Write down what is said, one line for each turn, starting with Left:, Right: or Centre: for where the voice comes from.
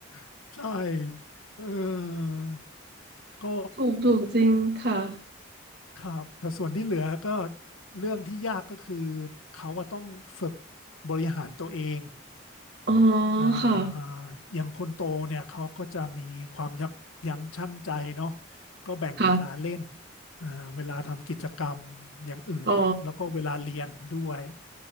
Left: <laughs> ใช่เออ ก็
Right: ถูกถูกจริงค่ะ
Left: ครับแต่ส่วนที่เหลือก็เรื่องที่ยากก็คือเขาว่าต้องฝึกบริหารตัวเอง
Right: อ๋อ
Left: อ่า
Right: ค่ะ
Left: อย่างคนโตเนี่ยเขาก็จะมีความยับยั้งชั่งใจเนาะก็แบ่งเวลาเล่น
Right: ค่ะ
Left: อ่าเวลาทำกิจกรรมอย่างอื่นเนี่ยแล้วก็เวลาเรียนด้วย
Right: อ๋อ